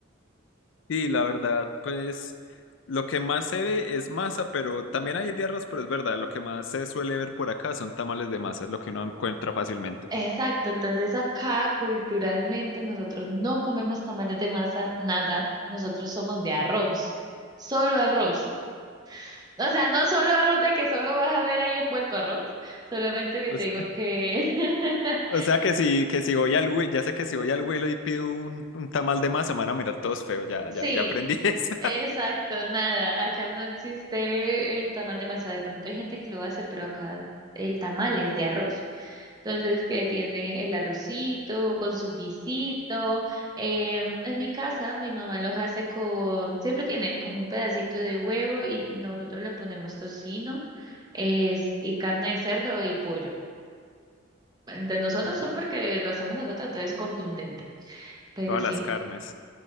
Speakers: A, on the left; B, on the right.
A: Sí, la verdad, pues lo que más se ve es masa, pero también hay de arroz, pero es verdad, lo que más se suele ver por acá son tamales de masa, es lo que uno encuentra fácilmente.
B: Exacto, entonces acá culturalmente nosotros no comemos tamales de masa, nada, nosotros somos de arroz, solo arroz. O sea, no solo arroz de que solo vas a ver ahí envuelto arroz, solamente que
A: O,
B: te
A: s-
B: digo que <laughs>
A: o sea que si, que si voy al Wi- ya sé que si voy al Willow y pido un, un tamal de masa, me van a mirar todos feos, ya,
B: sí,
A: ya, ya aprendí <laughs> eso.
B: exacto, nada, acá no existe el tamal de masa, de pronto hay gente que lo hace, pero acá el tamal es de arroz, entonces que tiene el arrocito con su guisito, eh, en mi casa mi mamá los hace con, siempre tiene como un pedacito de huevo y nosotros le ponemos tocino, es, y carne de cerdo y pollo. De nosotros
A: Mm,
B: son porque lo hacemos nosotros, entonces es contundente. Pero
A: Todas
B: sí,
A: las carnes.